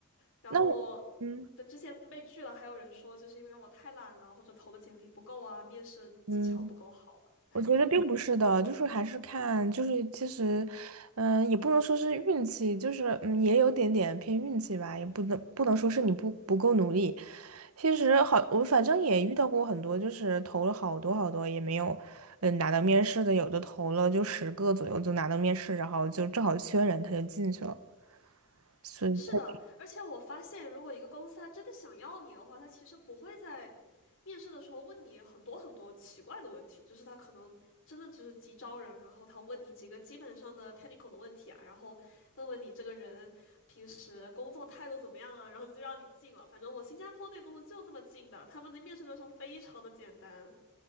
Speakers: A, on the left (about 65°); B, on the right (about 80°).
A: 然后
B: 那我，嗯
A: 对之前被拒了，还有人说就是因为我太懒了，或者投的简历不够啊，面试技巧不够好啊，
B: 嗯。
A: 哎，
B: 我觉得并不是的，
A: 就很
B: 就是还是看，就是其实，嗯、也不能说是运气，就是嗯，也有点点偏运气吧，也不能不能说是你不不够努力。其实好，我反正也遇到过很多，就是投了好多好多也没有，嗯，拿到面试的，有的投了就十个左右就拿到面试，然后就正好缺人，他就进去了，所以他。
A: 是的，而且我发现，如果一个公司他真的想要你的话，他其实不会在面试的时候问你很多很多奇怪的问题，就是他可能真的只是急招人，然后他问你几个基本上的 technical 的问题啊，然后问问你这个人平时工作态度怎么样啊，然后就让你进了。反正我新加坡那个公司就这么进的，他们的面试流程非常的简单。